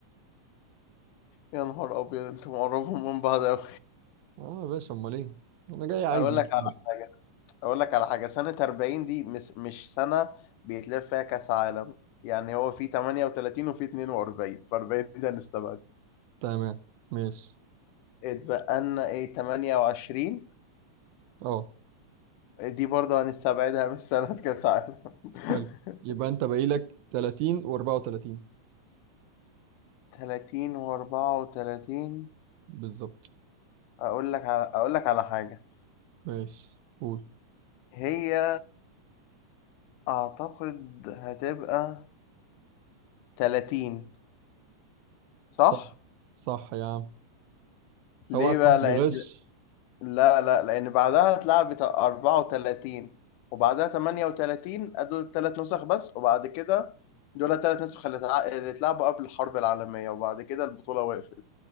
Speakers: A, on the left; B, on the right.
A: يا نهار أبيض انتوا مقربين من بعض أوي
B: اه يا باشا امال ايه انا جاي عايز
A: أقول
B: اكسب
A: لك على حاجة أقول لك على حاجة سنة 40 دي مش, مش سنة بيتلعب فيها كأس عالم يعني هو في 38 وفي 42 ف 40 ده هنستبعد
B: تمام ماشي
A: اتبقى لنا ايه 28
B: اه
A: دي برضه هنستبعدها من سنة كأس عالم
B: حلو
A: <laughs>
B: يبقى انت باقي لك 30 و34
A: 30 و34
B: بالظبط
A: أقول لك على أقول لك على حاجة
B: ماشي قول
A: هي أعتقد هتبقى 30 صح؟
B: صح صح يا عم
A: ليه
B: اوعى تكون
A: بقى؟ لأن
B: بتغش
A: لا لا لأن بعدها اتلعبت 34 وبعدها 38 دول ثلاث نسخ بس وبعد كده دول ثلاث نسخ اللي اتع- اللي اتلعبوا قبل الحرب العالمية وبعد كده البطولة وقفت